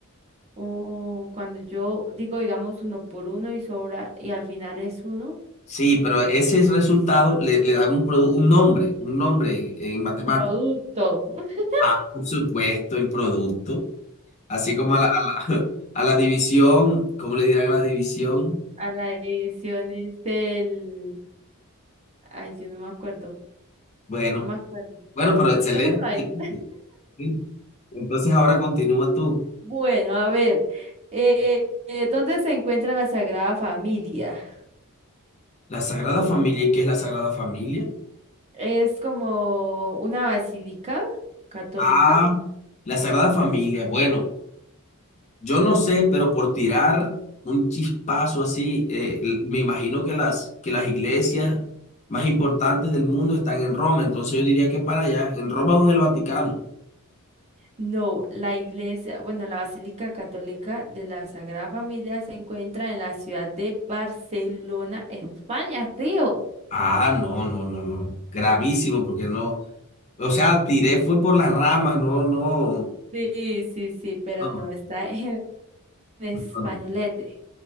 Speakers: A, on the right; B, on the left.
A: Oh, cuando yo digo, digamos, uno por uno y sobra, y al final es uno,
B: Sí, pero ese resultado le, le dan un, produ- un nombre, un nombre en matemáticas.
A: producto. <laughs>
B: Ah, por supuesto, el producto. Así como a la, a la, <laughs> a la división, ¿cómo le dirán a la división?
A: A la edición es del... Ay, yo no me acuerdo,
B: Bueno,
A: no me acuerdo.
B: bueno, pero excelente.
A: Dejémoslo ahí.
B: excelente, Sí. Entonces ahora continúa tú.
A: Bueno, a ver, eh, eh, ¿dónde se encuentra la Sagrada Familia?
B: La Sagrada Familia, ¿y qué es la Sagrada Familia?
A: Es como una basílica católica.
B: Ah, la Sagrada Familia. Bueno, yo no sé, pero por tirar un chispazo así, eh, l- me imagino que las, que las iglesias más importantes del mundo están en Roma, entonces yo diría que para allá, en Roma o en el Vaticano.
A: No, la iglesia, bueno, la Basílica Católica de la Sagrada Familia se encuentra en la ciudad de Barcelona, España, tío.
B: Ah, no, no, no, no. Gravísimo, porque no. O sea, tiré fue por las ramas, no, no,
A: Sí, sí, sí, pero
B: no,
A: no está en españolete.
B: no, no.